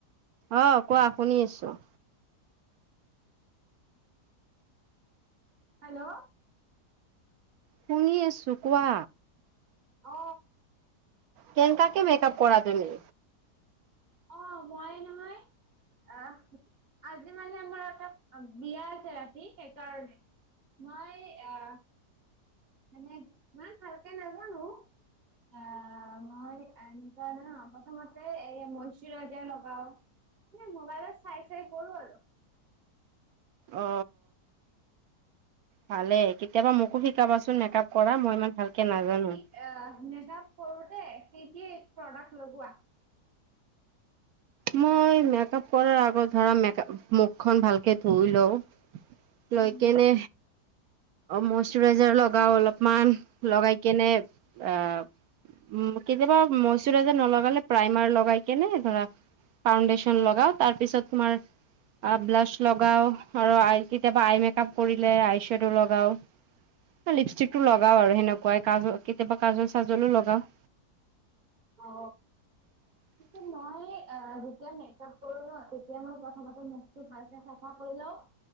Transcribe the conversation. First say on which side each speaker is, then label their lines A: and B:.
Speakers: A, on the right; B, on the right.
A: অ কোৱা শুনি আছোঁ।
B: হেল্ল'।
A: শুনি আছোঁ কোৱা।
B: অ।
A: কেনকাকে মেকআপ কৰা তুমি?
B: অ মই নহয়। আহ আজি মানে আমাৰ এটা বিয়া আছে ৰাতি সেইকাৰণে। মই এ। মানে ইমান ভালকে নাজানো। অ মই প্ৰথমতে এই মৈষৰাইজাৰ লগাও। নাই মোবাইল চাই চাই কৰো আৰু।
A: অ ভালেই, কেতিয়াবা মোকো শিক। শিকাবাচোন মেকআপ কৰা মই ইমান ভালকে নাজানো।
B: এ মেক আপ কৰোতে কি কি প্ৰডাক্ট লগোৱা?
A: মই মেকআপ কৰাৰ আগত ধৰা মুখখন ভালকে ধুই লওঁ। লৈ
B: উম।
A: কেনে মইষৰাইজাৰ লগাও অলপমান লগাই। কেনে আ। উ কেতিয়াবা মইষৰাইজাৰ নলগালে প্ৰাইমাৰ লগাই কেনে ধৰা। ফাউণ্ডেশ্যন লগাও তাৰ পিছত তোমাৰ। আ ব্লাছ লগাও আৰু আই কেতিয়াবা আইমেক আপ কৰিলে আইছেদৌ লগাও। লিপষ্টিক টো লগাও আৰু সেনেকুৱাই কাজ কেতিয়াবা কাজৰ চাজলো লগাও।
B: অ।
A: <inaudible>
B: পিছে মই যেতিয়া মেকআপ কৰো ন তেতিয়া মই প্ৰথমতে মুখটো ভালকে চাফা কৰি লও।